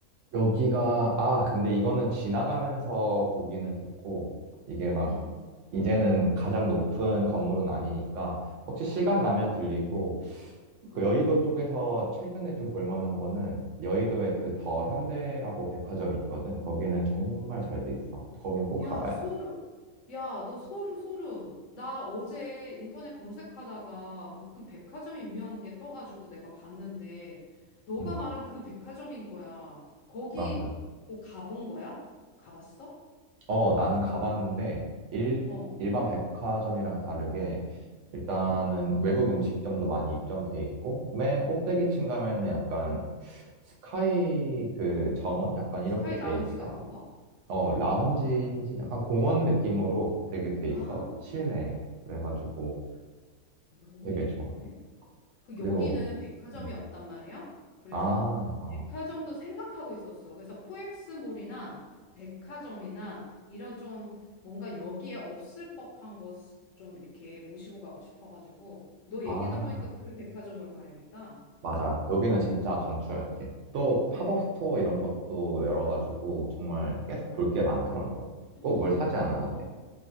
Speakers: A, on the right; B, on the left.
A: 여기가 아 근데 이거는 지나가면서 보기는 좋고 이게 막
B: 응,
A: 이제는 가장 높은 건물은 아니니까
B: 응,
A: 혹시 시간
B: 응,
A: 나면 들리고
B: 응,
A: 그 여의도 쪽에서 최근에 좀 볼만한 거는 여의도에
B: 응.
A: 그 더 현대라고 백화점이 있거든. 거기는 정말 잘 돼 있어. 거긴 꼭 가봐야
B: 야, 소름.
A: 돼.
B: 야, 너 소름, 소름. 나 어제 인터넷 검색하다가 무슨 백화점이 유명한 게 떠가지고 내가 봤는데 너가
A: 음,
B: 말한 그 백화점인 거야. 거기
A: 맞아.
B: 너 가본 거야? 가봤어?
A: 어, 나는 가봤는데, 일,
B: 어,
A: 일반 백화점이랑 다르게, 일단은
B: 어.
A: 외국 음식점도 많이 입점돼 있고, 맨 꼭대기층 가면은 약간 스카이 그 정원? 약간
B: 스카이
A: 이렇게 돼
B: 라운지
A: 있어.
B: 같은 거?
A: 어,
B: 아,
A: 라운지인지 약간 공원 느낌으로 되게 돼
B: 아.
A: 있어. 실내. 그래가지고
B: 너무
A: 되게
B: 예쁜데?
A: 좋아.
B: 그
A: 그리고,
B: 여기는 백화점이
A: 음.
B: 없단 말이야? 그래서
A: 아, 어,
B: 백화점도 생각하고 있었어. 그래서 코엑스몰이나 백화점이나 이런 좀 뭔가 여기에 없을 법한 것 좀 이렇게 모시고 가고 싶어가지고 너
A: 아.
B: 얘기 들어보니까 그 백화점으로 가야겠다.
A: 맞아. 여기는 진짜 강추할게. 또 팝업 스토어 이런 것도 열어가지고 정말 계속
B: 어.
A: 볼 게 많더라고.
B: <gasps>
A: 꼭 뭘 사지 않아도
B: 어.
A: 돼.